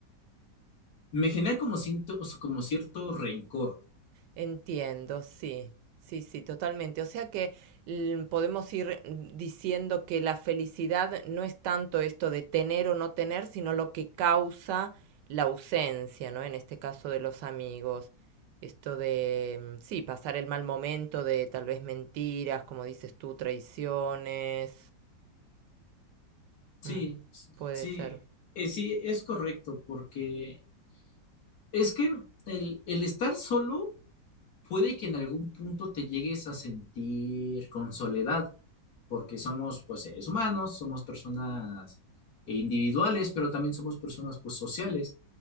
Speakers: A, on the left; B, on the right.
A: me genera como, ciento- como cierto rencor.
B: Entiendo, sí, sí, sí, totalmente. O sea que mm, podemos ir mm, diciendo que la felicidad no es tanto esto de tener o no tener, sino lo que causa la ausencia, ¿no? En este caso de los amigos. Esto de, mm, sí, pasar el mal momento de tal vez mentiras, como dices tú, traiciones.
A: Sí,
B: Mm, puede
A: sí,
B: ser.
A: eh, sí, es correcto, porque es que el, el estar solo puede que en algún punto te llegues a sentir con soledad, porque somos pues seres humanos, somos personas individuales, pero también somos personas pues sociales.